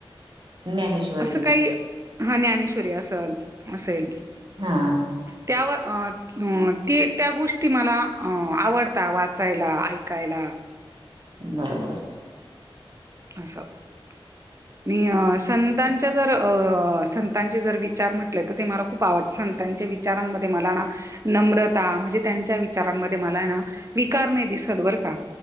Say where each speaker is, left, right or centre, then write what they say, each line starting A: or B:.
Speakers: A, on the right; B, on the right.
A: ज्ञानेश्वरी
B: असं काही- हा ज्ञानेश्वरी असल असेल.
A: हा.
B: त्यावर अ ते त्या गोष्टी मला आवडता वाचायला ऐकायला.
A: बरोबर.
B: अस- आणि संतांच्या जर अ संतांचे जर विचार म्हटले तर ते मला खूप आवड. संतांच्या विचारांमध्ये मला ना नम्रता म्हणजे त्यांच्या विचारांमध्ये मला ना विकार- नहीं दिसत बर का